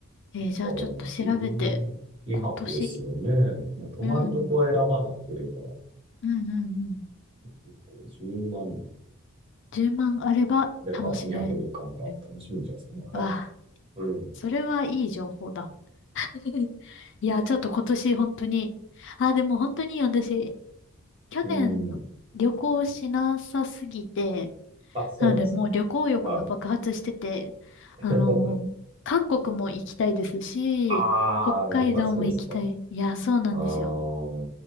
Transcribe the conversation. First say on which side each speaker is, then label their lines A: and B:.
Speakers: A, on the left (about 55°); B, on the right (about 25°).
A: えーじゃあちょっと調べて、
B: だから12泊ですよね。
A: 今年、
B: まあ、泊まるとこを選ばなければ。
A: うん、うんうんうん。
B: 結構10万
A: 10万あれば楽しめ。
B: あれば2泊3日なら楽しみにですね。
A: る
B: は
A: ああ、
B: い。うん。
A: それはいい情報だ。<laughs> いや、ちょっと今年本当に、あ、でも本当に私、去年の旅行しなさすぎて、
B: うん。あ、そうなんですか。
A: なのでもう旅行欲が爆発してて、
B: はい。<laughs>
A: あの、韓国も行きたいですし、
B: ああ、
A: 北海道も行きたい。
B: やっぱそうですか。
A: いや、そうなんですよ。
B: ああ、